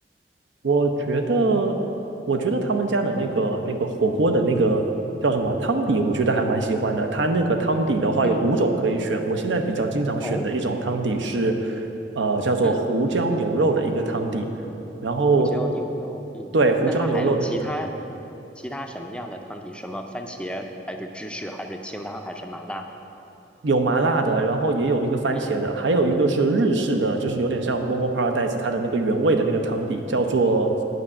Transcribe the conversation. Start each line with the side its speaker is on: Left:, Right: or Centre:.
Right: 我觉得，我觉得他们家的那个那个火锅的那个叫什么汤底，我觉得还蛮喜欢的。它那个汤底的话有五种可以选，
Centre: 嗯，
Right: 我现在比较经常选的一种汤底是，
Centre: 哦，
Right: 呃，叫做胡椒牛肉的一个汤底。
Centre: 嗯
Right: 然后，
Centre: 胡椒牛肉，嗯，
Right: 对，胡椒牛肉的一个汤
Centre: 那它还有其他其他什么样的汤底？什么番茄还是芝士还是清汤还是麻辣？
Right: 有麻辣的，然后也有一个番茄的，
Centre: 嗯
Right: 还有一个是日式的，
Centre: 嗯，
Right: 就是有点像 Momo Paradise 它的那个原味的那个汤底，叫做